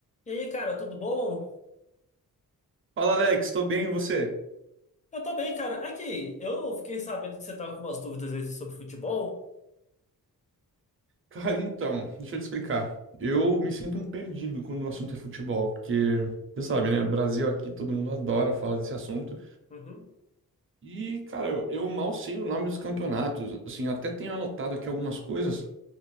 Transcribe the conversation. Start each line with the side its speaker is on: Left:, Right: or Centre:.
Left: E aí, cara, tudo bom?
Right: Fala, Alex, tô bem, e você?
Left: Eu tô bem, cara. Aqui, eu fiquei sabendo que você tava com umas dúvidas aí sobre futebol.
Right: Cara, então, deixa eu te explicar. Eu me sinto um perdido quando o assunto é futebol, porque você sabe, né? No Brasil aqui todo mundo adora falar desse assunto.
Left: Uhum.
Right: E, cara, eu, eu mal sei o nome dos campeonatos. Assim, eu até tenho anotado aqui algumas coisas